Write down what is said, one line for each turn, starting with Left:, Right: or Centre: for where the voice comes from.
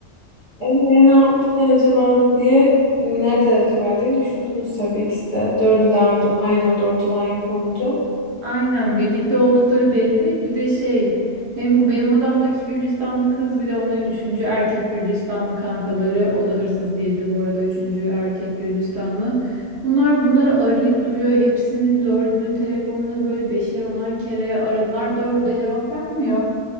Left: Ee, ne yapmışlar acaba diye nerede acaba diye düşündünüz tabii ikisi de. Dördü de ardı- aynı anda ortadan yok olunca.
Right: Aynen birlikte oldukları belli. Bir de şey hem bu benim odamdaki Gürcistanlı kız bir de onların üçüncü erkek Gürcistanlı kankaları. O da hırsız değildi bu arada üçüncü erkek Gürcistanlı. Bunlar bunları arayıp duruyor. Hepsinin dördünün telefonunda böyle beşer onan kere aradılar. Dördü de cevap vermiyor.